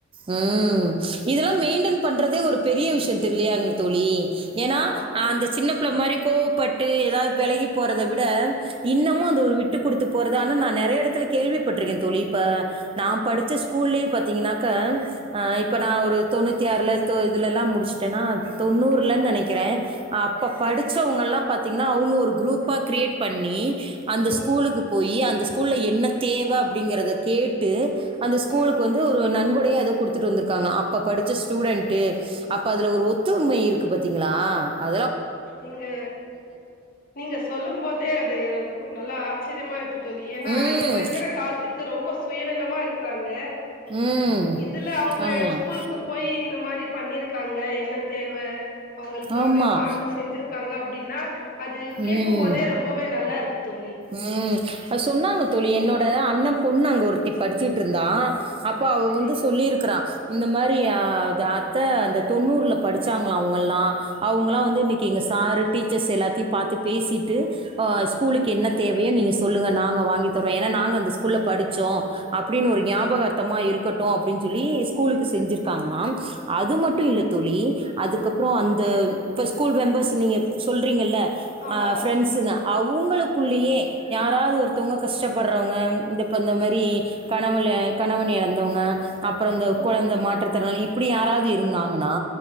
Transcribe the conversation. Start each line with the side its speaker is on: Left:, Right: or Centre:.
Right: ம் இதுல்லா மெயின்டென் பண்றதே ஒரு பெரிய விஷ்யொ தெர்லயாங்க தோழி ஏனா
Left: ஆமா
Right: அந்த சின்ன ப்புல மாரி கோவப்பட்டு ஏதாவது விலகி போறத விட இன்னமு அந்த ஒரு விட்டு குடுத்து போறத ஆன நா நெறைய இடத்துல கேள்விப்பட்டிருக்கே தோழி பா நா படிச்ச ஸ்கூல்லயே பாத்தீங்கன்னாக்க ஆ இப்ப நா ஒரு தொண்ணூத்தி ஆறில தொ இதுலலா முடிச்ட்டன்னா தொண்ணூறுலன்னு
Left: ம்
Right: நெனைக்கிறே அப்ப
Left: சரி
Right: படிச்சவங்கல்லா பாத் த்தீங்கன்னா அவுங்க ஒரு குரூப்பா கிரியேட் பண்ணி அந்த
Left: ம்
Right: ஸ்கூலுக்கு போய் அந்த ஸ் கூல்ல என்ன தேவ அப்பிடிங்கிறத கேட்டு அந்த ஸ்கூலுக்கு
Left: ம்
Right: வந்து ஒரு நன் கூடையே அது குடுத்துட்டு வந்திருக்காங்க அப்ப படிச்ச ஸ்டூடென்ட் அப்ப அதுல ஒரு ஒத்துமை இருக்கு பத்தீங்களா அ
Left: நீங்க நீங்க சொல்லு போதே அது நல்லா ஆச்சிரியமா இருக்கு தோழி ஏன்னா
Right: ம்
Left: இப்ப இருக்கிற காலத்துக்கு ரொம்ப சுயநலமா இருக்கிறாங்க
Right: ம்
Left: இதுல அவுங்க
Right: ஆமாம்
Left: ஸ்கூலுக்கு போய் இந்த மாரி பண்ணிருக்காங்க என்ன தேவ அவுங்களுக்கு
Right: ஆமாம்
Left: அப்பிடின்னு பாத் த்து செஞ்சிருக்காங்க அப்பிடின்னா அது கேடக்குபோதே
Right: ம்
Left: ரொம்பவே நல்லா இருக்கு தோழி
Right: ம் அது சொன்னாங்க தோழி என்னோட அண்ண பொண்ணு அங்க ஒருத்தி படிச்சுட்டுருந்தா அப்ப அவ
Left: சரி
Right: வந்து சொல்லியிருக்கறா இந்த மாரி ஆ அது அத்த அந்த தொண்ணூர்ல படிச்சாங்களா அவுங்கலா அவங்கலா வந்து இன்னிக்கி எங்கள் சரு டீச்சர்ஸ் எல்லாத்தியு பாத்து பேசிட்டு ஆ ஸ்கூலுக்கு என்ன தேவையோ நீங்க சொல்லுங்க நாங்க வாங்கிதர்றோ ஏன்னா நாங்க அந்த ஸ்கூல்ல படிச் சோ அப்பிடின்னு ஒரு ஞாபக அர்த்தமா இருக்கட்டு அப்பிடின்னு சொல்லி ஸ்கூலுக்கு செஞ்சிருக்காங்காளா அது மட்டு இல்ல தோழி அதுக்கப்புறோ அந்த இப்ப ஸ்கூல் மெம்பர்ஸ் நீங்க ப் சொல்றீங்கல்ல
Left: ஆமா
Right: ஆ ஃப்ரெண்ட்ஸுங்க அவுங்குளுக் குள்ளேயே யாராது ஒருத்தவங்க கஷ்டப்படுறவங்க இந்த இப்ப இந்த மாரி கணவள கணவன இழந்தவங்க அப்புறோ இந்த
Left: ம்
Right: கொழந்த மாற்றுத்திறனாளி இப்பிடி யாராவது இருந்தாங்கன்னா